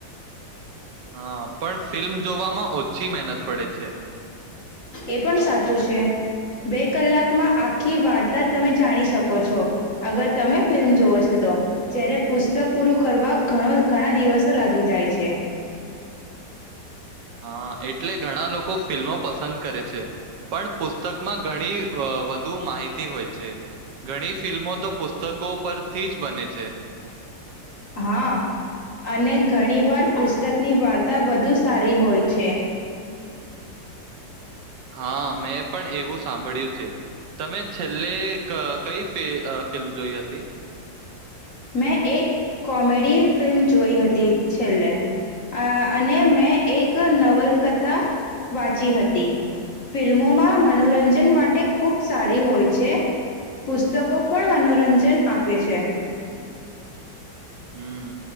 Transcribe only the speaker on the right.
હા, પણ ફિલ્મ જોવામાં ઓછી મહેનત પડે છે.
હા, એટલે ઘણા લોકો ફિલ્મો પસંદ કરે છે પણ પુસ્તકમાં ઘણી અ વધુ માહિ તી હોય છે ઘણી ફિલ્મો તો પુસ્તકો પરથી જ બને છે.
હા, મેં પણ એવું સાંભળ્યું છે. તમે છેલ્લેક કઈ ફિલ્મ જોઈ હતી?
હમ્મ,